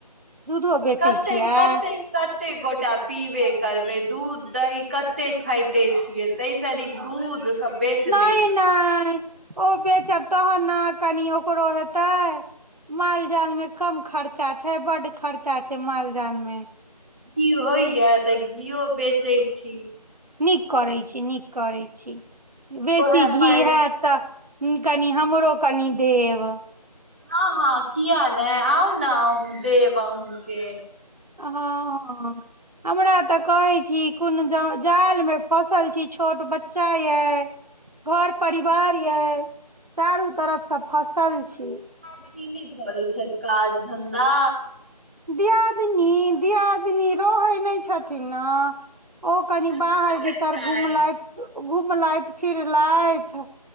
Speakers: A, on the right (about 65°); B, on the right (about 20°).
A: दूधो बेचै
B: कतेक
A: छियै
B: कतेक कत कतेक गोटा पीबे करबै दूध दही कतेक खाइते छियै ताहिसँ नीक दूध सब बेच
A: नहि
B: दै छियै
A: नहि ओ बेचब तहन ने कनि ओकरो हेतै माल जाल में कम खर्चा छै बड्ड खर्चा छै माल जाल में
B: घी होइया तऽ घीओ बेचै छी
A: नीक करैत छी नीक करैत छी बेसी
B: ओएह
A: घी
B: पाइ
A: हयत तऽ कनि हमरो कनि देब
B: हँ हँ किया नै हाल है आउ ने अहँ देब अहूँके
A: हँ हँ हमरा तऽ कहै छी कोनो जाल मे फसल छी छो छोट बच्चा य घर परिवार ये चारू तरफसँ फसल छी
B: दिदि नहि करै छथि काज धंधा
A: दियादिनी दियादिनी रहै नहि छथिन ने ओ कनि
B: कतऽ
A: बाहर
B: रहै
A: भीतर
B: छथि
A: घुमलथि घुमलथि फिरलथि